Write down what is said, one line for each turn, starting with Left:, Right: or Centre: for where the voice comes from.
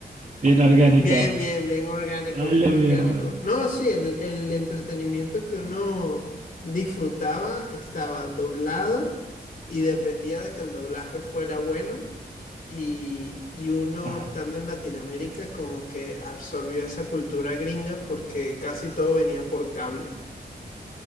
Right: Bien orgánico.
Left: Bien, bien, bien orgánico,
Right: Vale,
Left: bien orgánico.
Right: mi hermana.
Left: No, sí, el, el entretenimiento que uno disfrutaba estaba doblado y dependía de que el doblaje fuera bueno. Y, y uno
Right: Ajá.
Left: estando en Latinoamérica como que absorbió esa cultura gringa porque casi todo venía por cable.